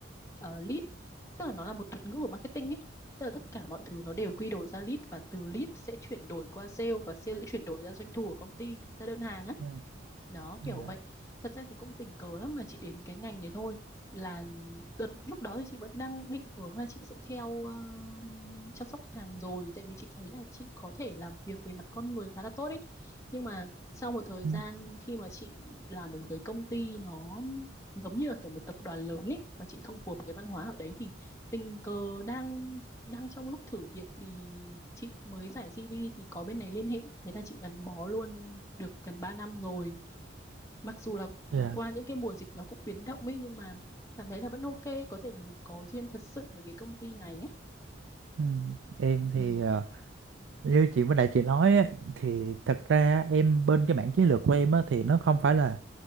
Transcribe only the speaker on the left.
ờ, lead tức là nó là một thuật ngữ của marketing ấy tức là tất cả mọi thứ nó đều quy đổi ra lead và từ lead sẽ chuyển đổi qua sale và sale sẽ chuyển đổi ra doanh thu của công ty ra đơn hàng á
đó
kiểu
vậy thật ra thì cũng tình cờ lắm mà chị đến cái ngành này thôi là đợt lúc đó thì chị vẫn đang định hướng là chị sẽ theo ờ, chăm sóc khách hàng rồi tại vì chị thấy là chị có thể làm việc về mặt con người khá là tốt ấy nhưng mà sau một thời
gian khi mà chị làm ở một cái công ty nó giống như là kiểu một tập đoàn lớn ấy và chị không phù hợp với cái văn hóa ở đấy thì tình cờ đang đang trong lúc thử việc thì chị mới giải CV thì có bên này liên hệ thế là chị gắn bó luôn được gần 3 năm rồi mặc dù là
qua những cái mùa dịch nó cũng biến động ấy nhưng mà cảm thấy là vẫn ok có thể là mình có duyên thật sự với cái công ty này ấy
ừ,